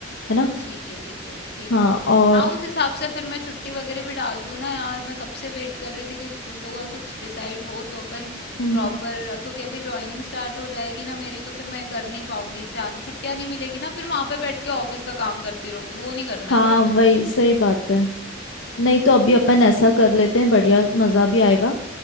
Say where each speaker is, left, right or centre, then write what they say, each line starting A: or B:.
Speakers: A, on the left; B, on the left.
A: है ना
B: ठीक है ठीक है ठीक
A: हाँ
B: है
A: और
B: हाँ उस हिसाब से फिर मैं छुट्टी वगैरह भी डाल दूँ ना यार मैं कब से वेट कर रही थी कि तुम लोगों का कुछ डिसाइड हो तो अपन
A: हम्म
B: प्रॉपर
A: हम्म
B: क्योंकि अभी जॉइनिंग स्टार्ट हो जाएगी ना मेरी तो फिर मैं कर नहीं पाऊंगी जान छुट्टियाँ नहीं मिलेगी ना फिर वहाँ पे बैठ के ऑफिस का काम करती रहूंगी वो नहीं करना
A: हाँ
B: है भाई
A: वही
B: मेरे को
A: सही बात है नहीं तो अभी अपन
B: इसलिए
A: ऐसा कर लेते हैं बढ़िया मजा भी आएगा